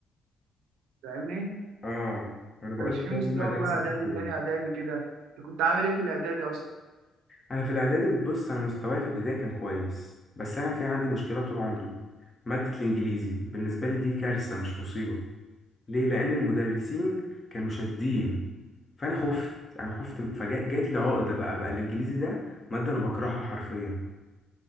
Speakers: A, on the right (about 90°); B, on the left (about 25°).
A: فاهمني ما
B: اه انا بقول
A: كانش
B: لك
A: في مستوى
B: هو دي المدارس
A: في اولى اعدادي
B: الحكومي
A: تاني اعدادي كده انت كنت عامل ايه في الاعدادي اصلا
B: انا في الاعدادي بص انا مستواي في ابتدائي كان كويس بس انا في عندي مشكله طول عمري ماده الانجليزي بالنسبه لي دي كارثه مش مصيبه ليه لان المدرسين كانوا شادين فانا خفت انا خفت فجات لي عقده بقى بقى الانجليزي ده ماده انا بكرهها حرفيا